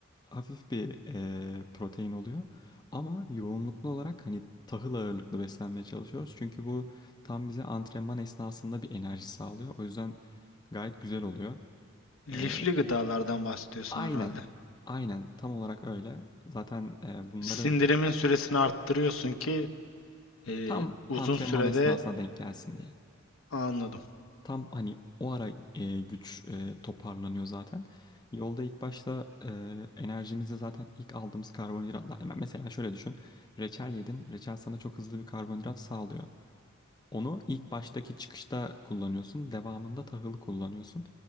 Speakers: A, on the left; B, on the left.
A: hafif bir eee, protein oluyor. Ama yoğunluklu olarak hani tahıl ağırlıklı beslenmeye çalışıyoruz. Çünkü bu tam bize antrenman esnasında bir enerji sağlıyor. O yüzden gayet güzel oluyor.
B: Lifli
A: Eee,
B: gıdalardan bahsediyorsun
A: aynen,
B: herhalde.
A: aynen tam olarak öyle. Zaten eee, bunları
B: Sindirimin süresini arttırıyorsun ki Ee,
A: tam
B: uzun
A: antrenman
B: sürede
A: esnasına denk gelsin diye.
B: anladım.
A: Tam hani o ara e, güç e, toparlanıyor zaten. Yolda ilk başta e, enerjimizi zaten ilk aldığımız karbonhidratlar. Hemen mesela şöyle düşün. Reçel yedin. Reçel sana çok hızlı bir karbonhidrat sağlıyor. Onu ilk baştaki çıkışta kullanıyorsun. Devamında tahılı kullanıyorsun.